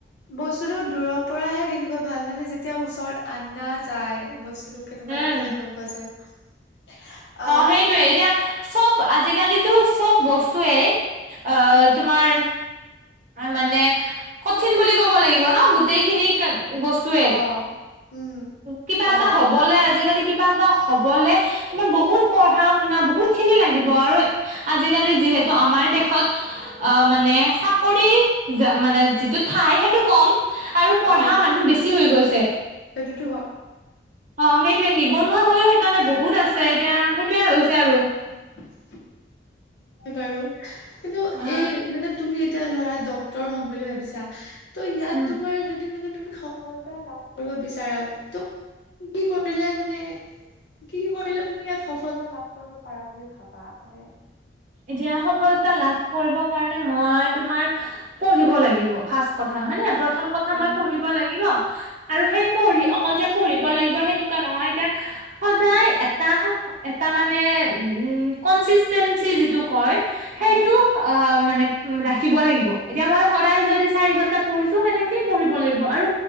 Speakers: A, on the left; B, on the right.
A: বস্তুতো দূৰৰ পৰাহে দেখিব ভাল, মানে যেতিয়া ওচৰত আনা যায় বস্ স্তুটো কেনেকুৱা
B: উম
A: তেতিয়াহে গম পোৱা যায়। আহ
B: অ সেইটোৱে এতিয়া চব আজিকালিতো চব বস্তুৱেই অ
A: উম
B: তোমাৰ মানে কঠিন বুলি ক'ব লাগিব ন গোটেই খিনি বস্ টোৱেই,
A: আহ উম
B: কিবা
A: হয়
B: এটা
A: বাৰু
B: হবলে আজিকালি কিবা এটা হবলে তোমাৰ বহুত পঢ়া শুনা বহুত খিনি লাগিব আৰু আজিকালি যিহেতু আমাৰ দেশত অ মানে চাপ কৰি মানে যিটো ঠাই সেইটো কম আৰু পঢ়া
A: অ
B: মানুহ বেছি হৈ গৈছে।
A: সেইটোতো হয়।
B: অ সেইটোৱে নিবনুৱা হৈও সেইকাৰণে বহুত আছে এতিয়া সেইটোৱে হৈছে আৰু।
A: <inaudible> হয় বাৰু, কিন্তু
B: অ
A: এই মানে তুমি এতিয়া ধৰা ডাক্তৰ হ'ম বুলি ভাবিছা ত' ইয়াত
B: উম
A: তোমাৰ যদি মানে তুমি স সফলতা লাভ কৰিব বিচাৰা, ত' কি কি কৰিলে মানে কি কি কৰিলে তুমি ইয়াত সফলতা লাভ কৰিব পাৰা বুলি ভাবা মানে
B: এতিয়া সফলতা লাভ কৰিব কাৰণে মই তোমাৰ পঢ়িব লাগিব ফাৰ্ষ্ট কথা
A: হা
B: হয় নে, প্ৰথম কথা
A: উম
B: মই পঢ়িব লাগিব আৰু সেই পঢ়ি অকল যে পঢ়িব লাগিব সেনেকুৱা নহয় এতিয়া সদায় এটা এটা মানে উম কনস্তিষ্টেন্সী যিটো কয়
A: হা
B: সেইটো অ মানে ৰাখিব লাগিব, এতিয়া মই সদায় যদি চাৰি ঘন্টা পঢ়িছো সেনেকেই পঢ়িব লাগিব, আৰু